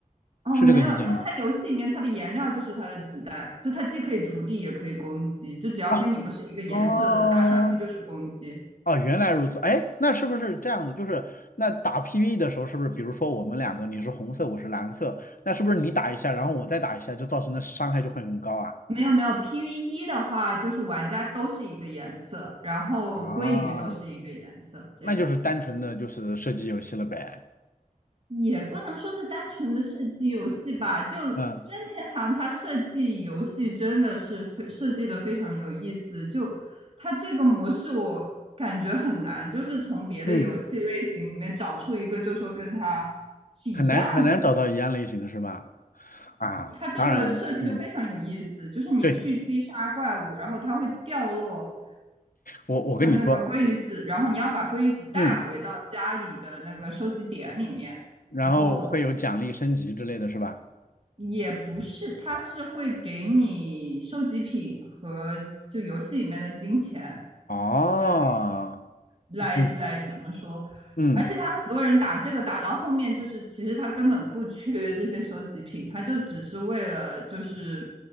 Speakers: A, on the right; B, on the left.
A: 哦没有，
B: 是这个理解吗？
A: 它它游戏里面它的颜料就是它的子弹，就它既可以涂地也可以攻击，就只要跟你不是一个颜色的，
B: 哦哦
A: 打上去就是攻击。
B: 哦，原来如此，哎，那是不是这样子？就是那打 PVE 的时候，是不是比如说我们两个你是红色，我是蓝色，那是不是你打一下，然后我再打一下，就造成的伤害就会很高啊？
A: 没有没有，PV E 的话，就是玩家都是一个颜色，然后鲑鱼都是一个颜色，
B: 啊。
A: 这样
B: 那就是单纯的就是射击游戏了呗。
A: 也不能说是单纯的设计游戏吧。就任天堂它设计游戏真的是非设计的非常有意思，
B: 嗯
A: 就它这个模式我感觉很难，就是从别的游戏类型里面找出一个，
B: 嗯，
A: 就说跟它是一样的。
B: 很难很难找到一样类型的是吧？啊，
A: 它这个设计就非常有意思，
B: 当然，嗯，
A: 就是你去击杀怪物，
B: 对，
A: 然后它会掉落
B: 我我跟你说，
A: 它那个鲑鱼子，然后你要把鲑鱼子带回到家里的那个收集点里面，
B: 嗯，然后会有奖励升级之类的是吧？
A: 然后也不是，它是会给你收集品和就游戏里面的金钱，
B: 哦，
A: 还有来来怎么说？
B: 对，嗯
A: 而且他很多人打这个打到后面，就是其实他根本不缺这些收集品，他就只是为了就是